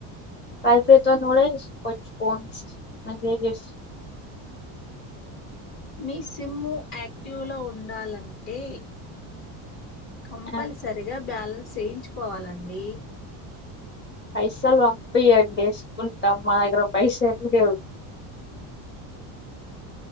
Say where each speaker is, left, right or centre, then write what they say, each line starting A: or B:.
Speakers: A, on the left; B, on the left.
A: వైఫై తోన కూడా చేసుకోవచ్చు ఫోన్స్ మెసేజెస్
B: మీ సిమ్ము యాక్టివ్ లో ఉండాలంటే కంపల్సరిగా
A: ఆ,
B: బ్యాల్ చేయించుకోవాలండి
A: పైసల్ పంపియండి ఎస్కుంటాం మా దగ్గర పైసల్ లేవు